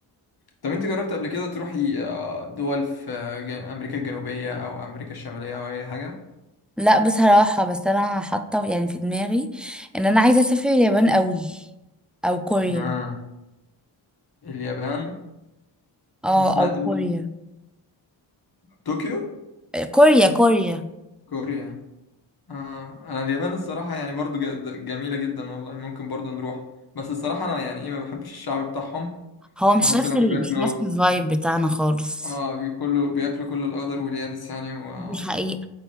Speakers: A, on the left (about 45°); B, in the centre.
A: طب انت جربت قبل كده تروحي آه، دول في آه، جن- امريكا الجنوبية او امريكا الشمالية او اي حاجة
B: لا بصراحة بس أنا حاطة يعني في دماغي إن أنا عايزة أسافر اليابان قوي أو كوريا
A: آه. اليابان
B: اه
A: انا سمعت
B: أو
A: برضه
B: كوريا
A: طوكيو
B: كوريا كوريا
A: كوريا آه انا اليابان الصراحه يعني برضو ج- جميله جدا والله ممكن برضو نروح بس الصراحه انا يعني ايه ما بحبش الشعب بتاعهم
B: هو مش
A: بحس
B: نفس
A: ان هم
B: ال...
A: بياكلوا
B: مش نفس الفايب بتاعنا خالص
A: اه بياكلوا بياكلوا كل الاخضر واليابس يعني و...
B: دي حقيقة